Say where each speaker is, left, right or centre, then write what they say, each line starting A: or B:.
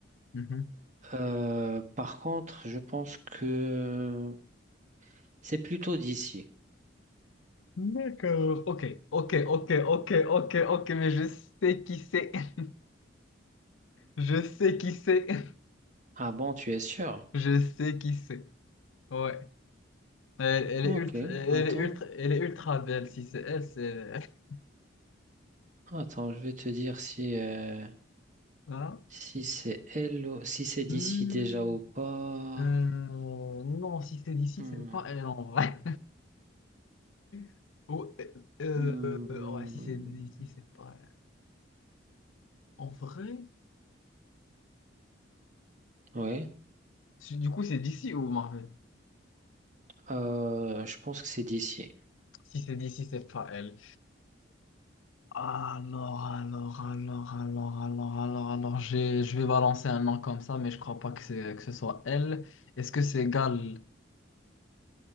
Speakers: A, on the left; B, on the right.
A: Mhm.
B: Euh, par contre, je pense que c'est plutôt DC.
A: D'accord. Ok, ok, ok, ok, ok, ok, mais je sais qui c'est. <laughs> Je sais qui c'est. <laughs>
B: Ah bon, tu es sûr?
A: Je sais qui c'est. Ouais. Elle, elle
B: Ok,
A: est ultra, elle
B: attends,
A: est ultra, elle est ultra belle. Si c'est elle, c'est. <laughs>
B: attends, je vais te dire si, euh,
A: Hein?
B: si c'est elle, ou- si c'est DC
A: Hmm.
B: déjà ou pas.
A: Euh, non, si c'est d'ici,
B: Hmm,
A: c'est pas elle en vrai. <laughs> Ou- euh,
B: hmm,
A: euh,
B: hmm,
A: ouais, si c'est d'ici, c'est pas elle. En vrai?
B: hmm. ouais,
A: Si- Du coup, c'est d'ici ou Marvel?
B: Euh, je pense que c'est DC.
A: Si c'est d'ici, c'est pas elle. Alors, alors, alors, alors, alors, alors, alors, j'ai- je vais balancer un nom comme ça, mais je crois pas que c'est, que ce soit elle. Est-ce que c'est Gal?